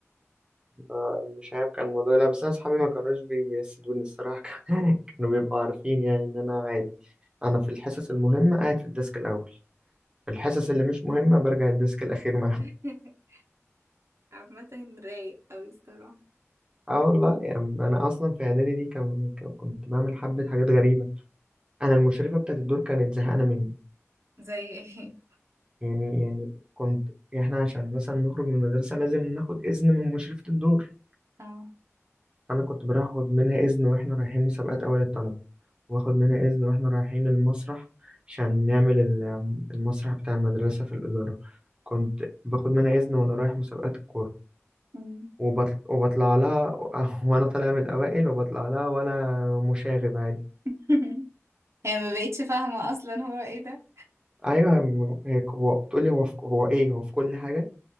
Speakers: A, on the right; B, on the right.
A: آه، مش عارف كان الموضوع لا بس أنا أصحابي ما كانوش بي- بيحسدوني الصراحة <laughs> كانوا بيبقوا عارفين يعني إن أنا عادي أنا في الحصص المهمة قاعد في الديسك الأول في الحصص اللي مش مهمة برجع الديسك الأخير معاهم
B: <laughs> عامة رايق أوي الصراحة
A: <laughs> اه والله يعني أنا أصلا في إعدادي دي كان كان- كنت بعمل حبة حاجات غريبة أنا المشرفة بتاعت الدور كانت زهقانة مني
B: زي <laughs> ايه
A: يعني يعني كنت يعني إحنا عشان مثلا نخرج من المدرسة لازم ناخد إذن من مشرفة الدور
B: اه
A: انا كنت باخد منها اذن واحنا رايحين مسابقات اوائل الطلبه واخد منها اذن واحنا رايحين المسرح عشان نعمل ال- المسرح بتاع المدرسه في الاداره كنت باخد منها اذن وانا رايح مسابقات الكوره
B: أمم.
A: وبطل... وبطلع لها <laughs> وانا طالع من الاوائل وبطلع لها وانا مشاغب عادي
B: <laughs> هي ما بقتش فاهمة أصلا هو ايه ده
A: ايوه م- هيك هو بتقولي هو في... هو ايه هو في كل حاجه